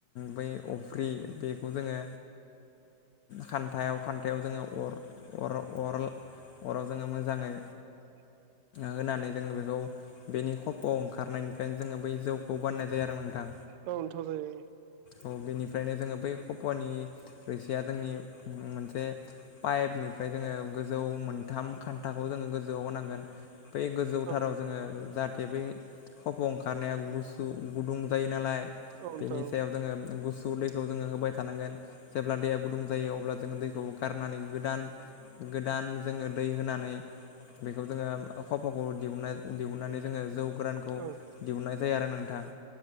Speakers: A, on the left; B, on the right.
A: बै अफ्रि बेखौ जोङो खान्थायाव खान्थायाव जोङो अर अर अर अराव जोङो मोजाङै
B: <inaudible>
A: होनानै जोङो बेखौ बेनि खफ'आव ओंखारनायनिफ्राय जोङो बै जौखौ बानायनाय जायो आरो नोंथां
B: नोंथां जायो
A: औ बेनिफ्रायनो जोङो बै खफ'नि रोसिया जोंनि मोनसे पाइपनिफ्राय जोङो गोजौ मोनथाम खान्थाखौ जोङो गोजौआव होनांगोन बै गोजौथाराव
B: औ
A: जोङो जाहाथे बै खफ' ओंखारनाया गु सु गुदुं जायो नालाय
B: औ नोंथां
A: बेनि सायाव
B: औ
A: जोङो गुसु दैखौ जोङो होबाय थानांगोन जेब्ला दैया गुदुं जायो अब्ला जोङो दैखौ गारनानै गोदान गोदान
B: औ
A: जोङो दै होनानै बेखौ जोङो खफ'खौ दिहुन दिहुननानै जोङो जौ गोरानखौ
B: नोंथां
A: दिहुननाय जायो आरो नोंथां